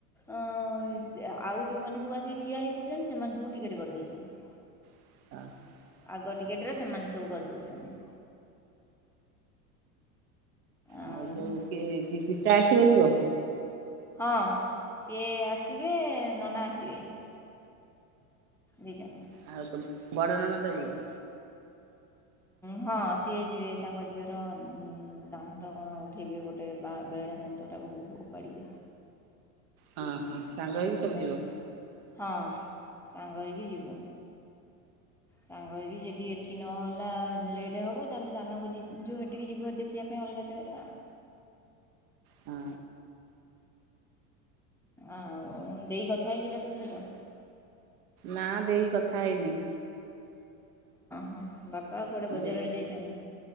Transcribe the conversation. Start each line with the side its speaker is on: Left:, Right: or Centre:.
Centre: ଅଂ ଆଉ ଯଉଁମାନେ ସବୁ ଆସିକି ଠିଆ ହୋଇପଡ଼ୁଚନ୍ତି। ସେମାନେ ସବୁ ଟିକେଟ୍ କରିଦେଇଚନ୍ତି।
Right: <unintelligible>
Centre: ଆଗ ଟିକେଟେରେ ସେମାନେ ସବୁ କରିଦଉଚ଼ନ୍ତି। ଆଉ
Right: ଆସିବ ଯିବ।
Centre: ହଁ ସିଏ ଆସିବେ ନନା ଆସିବେ। ନେଇଯାଏ।
Right: ଆଉ ତ ବଡ ନନା ତ ଯିବ।
Centre: ହଁ ସିଏ ଯିବେ ତାଙ୍କ ଝିଅର ଦାନ୍ତ କଣ ଉଠେଇବେ ଗୋଟେ ବା ବେଡ଼ା ଦାନ୍ତଟାକୁ ଉପାଡ଼ିବେ।
Right: ହଁ ହଁ ସାଙ୍ଗ ହେଇକି ସବୁ
Centre: ବେ
Right: ଯିବ।
Centre: ହଁ ସାଙ୍ଗ ହେଇକି ଯିବୁ ସାଙ୍ଗ ହେଇକି ଯଦି ଏଠି ନହେଲା ହେଲା ଲେଟ୍ ହବ ତାହେଲେ ଦାନ ଗଦି ଯିବୁ ଯୋ ହେଟିକି ଜିବୁ ହେରି ଦେଖିବା ପାଇଁ ଅଲଗା ଜାଗାରେ।
Right: ହଁ।
Centre: ଆଉ ଦେଇ କଥା ହେଇଥିଲା ତୋ ସହିତ।
Right: ନା ଦେଇ କଥା ହେଇନି।
Centre: ହଁ ବାପା ଆଉ କୁଆଡ଼େ ବଜାର
Right: ଦେଇ
Centre: ଆଡେ ଯାଇଚନ୍ତି।